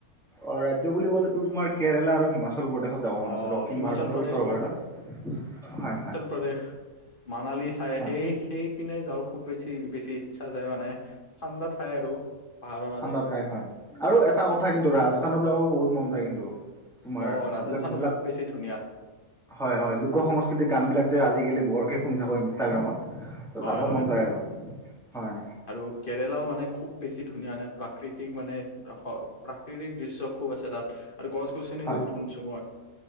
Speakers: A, in the centre; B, on the left.
A: অ ৰাজ্য বুলি ক'লে তো তোমাৰ কেৰালা আৰু হিমাচল। চল প্ৰদেশত যাব মন
B: অ
A: আছে দক্ষিণ
B: হিমাচল
A: ভাৰত আৰু
B: প্ৰদেশ
A: উত্তৰ
B: খুব
A: ভাৰতৰ হয় হয়।
B: প্ৰদেশ। মানালী চাই
A: হয়
B: সেই সেই পিনে যাওঁ খুব বেছি বেছি ইচ্ছা যায় মানে ঠাণ্ডা ঠাই আৰু পাহাৰৰ মাজত।
A: ঠাণ্ডা হয় হয়। আৰু এটা কথা কিন্তু ৰাজস্থানত যাবও বহুত মন যায় কিন্তু। তোমাৰ
B: অ ৰাজস্থানো
A: এইবিলাক যিবিলাক
B: খুব বেছি ধুনীয়া
A: হয় হয় লোক সং স্কৃতি গান বিলাক যে আজিকালি বৰকে শুনি থাকো ইনষ্টাগ্ৰামত ত
B: হয়
A: যাব
B: হয়
A: মন যায় আৰু। হয়।
B: আৰু কেৰেলাও মানে খুব বেছি ধুনীয়া মানে প্ৰাকৃতিক মানে প্ৰাকৃতিক দৃশ্য খুব আছে তাত। আৰু গছ গছনি
A: হয়
B: বহুত শুনছো মই।